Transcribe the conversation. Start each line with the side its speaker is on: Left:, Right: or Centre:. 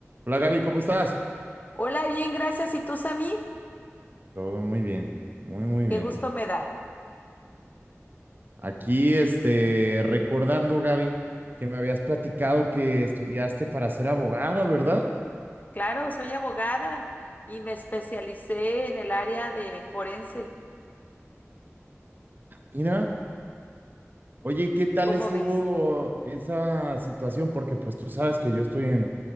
Right: Hola Gaby, ¿cómo estás?
Left: Hola, bien, gracias. ¿Y tú, Samir?
Right: Todo muy bien, muy muy
Left: Qué
Right: bien.
Left: gusto me da.
Right: Aquí, este, recordando Gaby, que me habías platicado que estudiaste para ser abogada, ¿verdad?
Left: Claro, soy abogada y me especialicé en el área de forense.
Right: Mira, oye, ¿y qué tal
Left: ¿Cómo
Right: estuvo
Left: ves?
Right: esa situación? Porque pues tú sabes que yo estoy en,